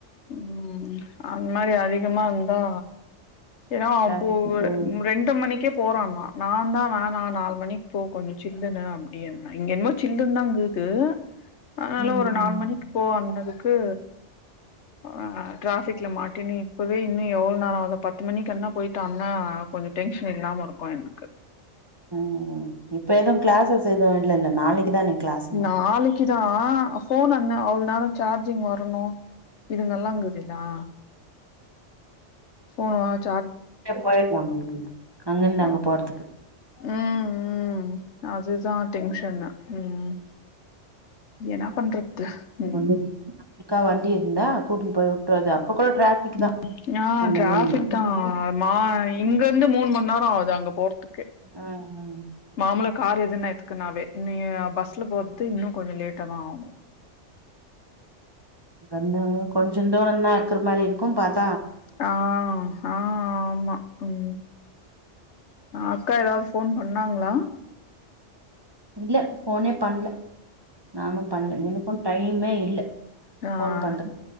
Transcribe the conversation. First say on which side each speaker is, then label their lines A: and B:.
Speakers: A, on the left; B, on the right.
A: ம் அந் மாரி அதிகமார்ந்தா ஏன்னா <unintelligible>
B: டிராஃபிக்ல போ
A: ரெண்டு மணிக்கே போறான்னா நாந்தா வேணா நால் மணிக் போ கொஞ்சொ சில்லுனு அப்டீன் இங்க என்மோ சில்லுன்தா <unintelligible> அனால
B: ம்
A: ஒரு நால்
B: ம்
A: மணிக்கு போ <unintelligible> க்கு ஆ ட்ராஃபிக்ல மாட்டினு இப்பவே இன்னு எவொள் நேரொ ஆதோ பத்து மணிக்கெல்லா போய்டான்னா கொஞ்சொ டென்ஷன் இல்லாம இருக்கு என்க்கு
B: உம் இப்ப எதும் கிளாஸஸ் எதும் இல்ல இல்ல நாளைக்கு தானே கிளாஸ்மா
A: நாளைக் <unintelligible> போன் என்ன அவ்ள நேரம் சார்ஜ் <unintelligible> வரணு இதுங்கெல்லா <unintelligible> சோ வாட்
B: <unintelligible> அங்கிருந்து அங்க
A: ஆ
B: போறதுக்கு
A: ம் ம் அதுதான் டென்ஷன்னு ம் என்ன பண்றது
B: <unintelligible>
A: ம்
B: அக்கா வண்டி இருந்தா கூப்ட்டு போய் விட்டு <unintelligible> டிராபிக்
A: உம்
B: தா
A: ஆ
B: அந்த
A: டிராபிக்
B: இது
A: தான் மா இங்க இருந்து மூணு மணி நேரம் ஆவுது அங்க போறதுக்கே
B: ஆ ஆ
A: மாமுலா கார் எதுனா எடுத்துகுன்னாவே நீங்க பஸ்ல போறது இன்னும் கொஞ்சம் லேட்டாதா ஆகும்
B: வந்தாங்க கொஞ்சல் <unintelligible> இருக்ற மாரி இருக்கும் பாத்
A: ஆஹ் ஆ ஆமா உம் அக்கா ஏதாவது போன் பண்ணாங்ளா
B: இல்ல ஃபோனே பண்ல நானு பண்ல எனக்கு டை டைமே இல்ல
A: ஆஆ
B: ஃபோன் பண்றது